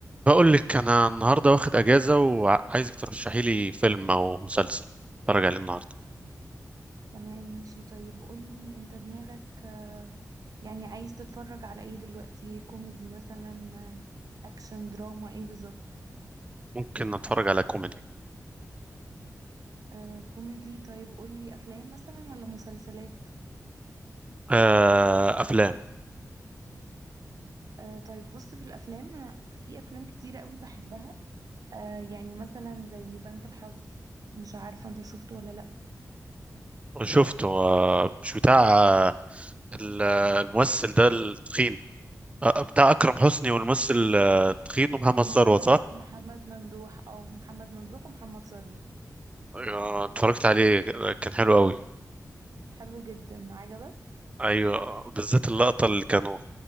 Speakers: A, on the right (about 20°); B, on the right (about 70°).
A: بقول لك انا النهارده واخد اجازه وعايزك ترشحي لي فيلم او مسلسل اتفرج عليه النهارده
B: تمام ماشي طيب قولي انت دماغك آه، يعني عايز تتفرج على ايه دلوقتي كوميدي مثلا آه، اكشن دراما ايه بالظبط
A: ممكن اتفرج على كوميدي
B: آه كوميدي طيب قولي افلام مثلا ولا مسلسلات
A: آه افلام
B: آه طيب بص في الافلام انا في افلام كتيرة قوي بحبها آه يعني مثلا زي بنك الحظ مش عارفة انت شفته ولا لا
A: شفته آه مش بتاع آه ال- آه، الممثل ده التخين آه بتاع اكرم حسني والممثل آه، التخين ومحمد
B: محمد
A: ثروت صح
B: محمد ممدوح او محمد ممدوح ومحمد ثروت
A: آه اتفرجت عليه كان حلو قوي
B: حلو جدا عجبك
A: ايوه بالذات اللقطه اللي كانوا